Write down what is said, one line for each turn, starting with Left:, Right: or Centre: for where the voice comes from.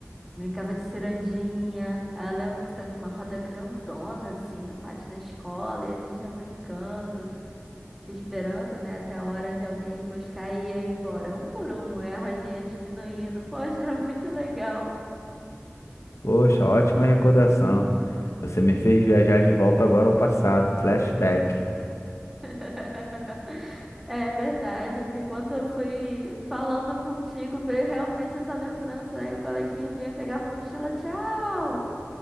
Centre: Brincava de cirandinha. Aí eu lembro que fazia uma roda grandona, assim, no pátio da escola, e a gente ia brincando, esperando, né, até a hora de alguém ir buscar e ia embora, um por um, aí a rodinha diminuindo. Poxa, era muito legal.
Left: poxa, ótima recordação. Você me fez viajar de volta agora ao passado, flashback.
Centre: <laughs> É verdade, porque quando eu fui falando contigo, veio realmente essa lembrança, né? E o coleguinha vinha, pegava a mochila, tchau!